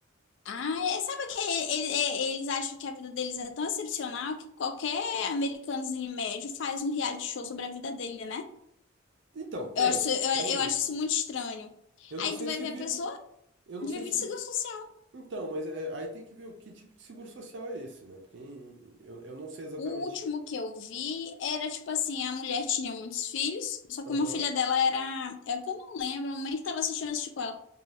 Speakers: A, on the left; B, on the right.
A: Ah, é- sabe que ele- ele- eles acham que a vida deles é tão excepcional que qualquer americanozinho médio faz um reality show sobre a vida dele, né?
B: Então, tem,
A: Eu acho, eu,
B: tem
A: eu acho
B: isso.
A: isso muito estranho.
B: Eu
A: Aí
B: não sei
A: tu vai
B: se
A: ver
B: vive,
A: a pessoa
B: eu não
A: vive
B: sei se.
A: de seguro social.
B: Então, mas é- aí tem que ver o que tipo de seguro social é esse, né? Porque em- eu, eu não sei exatamente.
A: O último que eu vi era tipo assim, a mulher tinha muitos filhos, só
B: Aham,
A: que uma filha dela era, é que eu não lembro, a mãe que tava assistindo assistiu com ela.